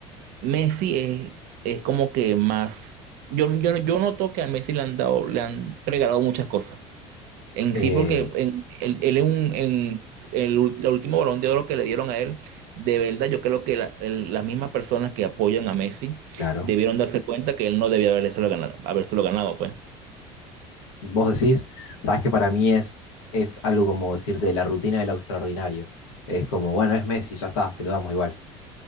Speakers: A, on the right (about 65°); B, on the left (about 80°).
A: Messi es, es como que más. Yo, yo, yo noto que a Messi le han dado, le han regalado muchas cosas. En
B: Eh,
A: sí, porque en, él, él en, un- en el, ul- el último Balón de Oro que le dieron a él, de verdad, yo creo que la- el- las mismas personas que apoyan a Messi
B: claro.
A: debieron darse cuenta que él no debía habérselo ganado, habérselo ganado, pues.
B: Vos decís, sabes que para mí es, es algo como decirte la rutina de lo extraordinario. Es como, bueno, es Messi, ya está, se lo damos igual.